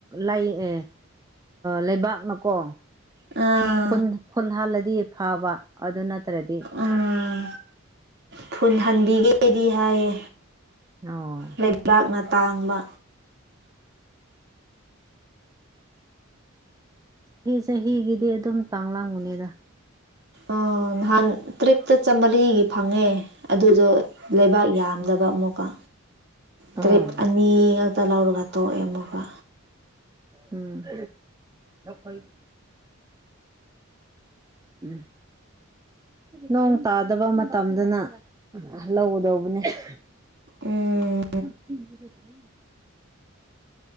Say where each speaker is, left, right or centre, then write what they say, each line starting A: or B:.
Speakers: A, on the right; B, on the right.
A: ꯂꯩ ꯑꯦ ꯂꯩꯕꯥꯛꯅꯀꯣ
B: ꯑꯥ
A: ꯐꯨꯟ ꯐꯨꯜ ꯍꯥꯜꯂꯗꯤ ꯐꯕ ꯑꯗꯨ ꯅꯠꯇ꯭ꯔꯗꯤ
B: ꯎꯝ ꯐꯨꯟ ꯍꯥꯟꯕꯤꯒꯦ ꯑꯩꯗꯤ ꯍꯥꯏꯌꯦ
A: ꯑꯣ
B: ꯂꯩꯕꯥꯛꯅ ꯇꯥꯡꯕ
A: ꯃꯤ ꯆꯍꯤꯒꯤꯗꯤ ꯑꯗꯨꯝ ꯄꯥꯡꯂꯝꯒꯅꯤꯗ
B: ꯑ ꯅꯍꯥꯟ ꯇ꯭ꯔꯤꯞꯇ ꯆꯥꯃꯔꯤ ꯐꯪꯉꯦ ꯑꯗꯨꯗꯣ ꯂꯩꯕꯥꯛ ꯌꯥꯝꯗꯕ ꯑꯃꯨꯛꯀ ꯇꯔꯤꯞ
A: ꯑꯣ
B: ꯑꯅꯤ ꯉꯥꯛꯇ ꯂꯧꯔꯒ ꯇꯣꯛꯑꯦ ꯑꯃꯨꯛꯀ
A: ꯎꯝ <unintelligible> ꯎꯝ ꯅꯣꯡ ꯇꯥꯗꯕ ꯃꯇꯝꯗꯅ ꯂꯧꯒꯗꯧꯕꯅꯦ <inaudible>
B: ꯎꯝ